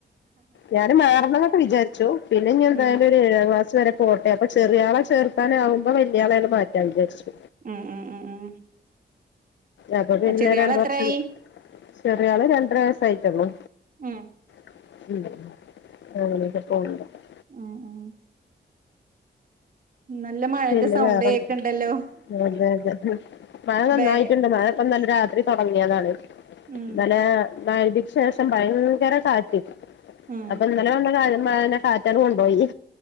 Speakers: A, on the left (about 80°); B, on the right (about 50°).
A: ഞാനും മാറണന്നൊക്കെ വിചാരിച്ചു പിന്നെഞ്ഞ് എന്തായാലും
B: ഉം
A: ഒരു ഏഴാം ക്ലാസ് വരെ പോട്ടെ അപ്പ ചെറിയ ആളെ ചേർത്താനാവുമ്പം വല്ല്യെ ആളേണ്ട്മാറ്റാന്ന് വിചാര്ച്ചു
B: ഉം ഉം ഉം ഉം
A: അപ്പ പിന്നെ
B: ചെറിയ
A: രണ്ട്
B: ആൾ എത്രയായി
A: വർഷം ചെറിയ ആള് രണ്ടര വയസ്സായിട്ടള്ളൂ
B: ഉം
A: ഉ <unintelligible>
B: ഉം ഉം നല്ല മഴന്റെ
A: പിന്നെ
B: സൗണ്ട്
A: വേറണ്ട്
B: കേൾക്കണ്ടല്ലോ
A: അതെ അതെ മഴ നന്നായിട്ടുണ്ട്
B: ബേ
A: മഴ ഇപ്പ നല്ല രി തുടങ്ങിയതാണ്
B: ഉം
A: നല്ല വഴുതിക്ക് ശേഷം പയങ്കര കാറ്റ്
B: ഉം
A: അപ്പൊ ഇന്നലെ കണ്ട കാര്യം <unintelligible> കൊണ്ട്പോയി